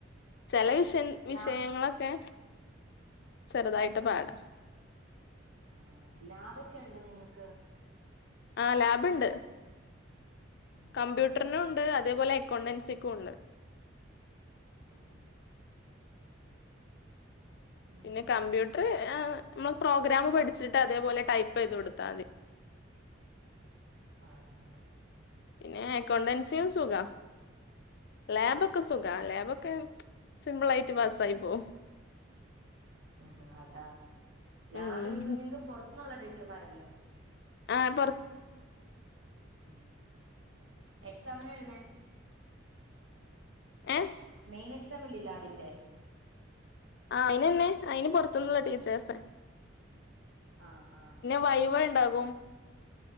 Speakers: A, on the left; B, on the right.
A: ചില വിഷൻ വിഷയങ്ങളൊക്കെ
B: ലാ
A: ചെറുതായിട്ട് പാടാം
B: ആഹ് ലാബ്ക്കെ ഉണ്ടോ നിങ്ങൾക്ക്.
A: ആഹ് ലാബ്ണ്ട്.
B: ഉം
A: കമ്പ്യൂട്ടറിനും ഉണ്ട് അതേപോലെ അക്കൗണ്ടൻസിക്കും ഉണ്ട്.
B: അഹ് ഉം
A: പിന്നെ കമ്പ്യൂട്ടർ നമ്മോ പ്രോഗ്രാം പഠിച്ചിട്ട് അതേപോലെ ടൈപ്പ് ചെയ്ത് കൊടുത്താൽ മതി.
B: ആഹ് ആഹ്
A: പിന്നെ എക്കൗണ്ടൻസിയും സുഖ ലാബൊക്കെ സുഖ ലാബൊക്കെ സിംമ്പിൾ ആയിട്ട് പാസ്സായി പോവും
B: ഉം അതാ ലാബ്
A: ഉം
B: എനിക്ക <unintelligible> പുറത്തന്നുള്ള ടീച്ചർമാരല്ലേ
A: ആഹ് പുറ
B: ഉം എക്സാമിന് വരുന്നേ
A: ഏഹ്
B: മെയിൻ എക്സാം ഇല്ലേ ലാബിന്റെ
A: ആഹ് അയിനന്നെ അയിന് പുറത്തുന്നള്ള ടീച്ചേഴ്സേ
B: ആഹ് ആഹ്
A: ഫൈവെ ഉണ്ടാകും